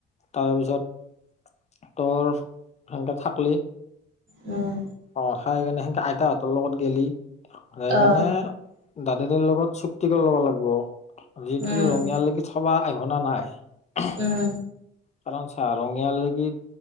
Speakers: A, on the left; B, on the right.
A: তাৰপিছত তোৰ সেনকে থাকলি।
B: উম
A: অ খাই কিনে সেনকে আইতাহঁতৰ লগত গেলি যাইকেনে
B: অ
A: দাদা তাৰ লগত চুক্তি কৰি ল'ব লাগিব আজি
B: উম
A: কি ৰঙিয়ালৈক থব আহিবনে নাইন।
B: উম
A: কাৰণ চা ৰঙিয়াল লৈকি